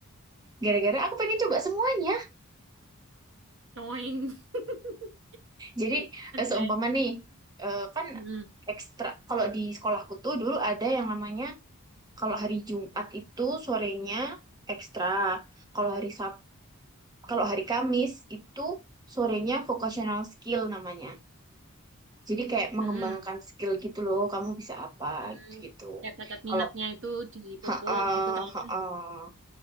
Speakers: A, on the right (about 20°); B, on the right (about 60°).
A: Gara-gara aku pengen coba semuanya.
B: doing <laughs>
A: Jadi eh, seumpama
B: aneh.
A: nih, eh, kan
B: Mm-mm.
A: ekstra. Kalau di sekolahku tuh dulu ada yang namanya kalau hari Jumat itu sorenya ekstra. Kalau hari Sab, kalau hari Kamis itu sorenya vocational skill namanya. Jadi kayak mengembangkan
B: Mm-mm.
A: skill gitu loh. Kamu bisa apa
B: Hmm,
A: gitu.
B: kayak bakat
A: Kalau
B: minatnya itu dipupuk
A: Ha-ah,
B: gitu kan.
A: ha-ah.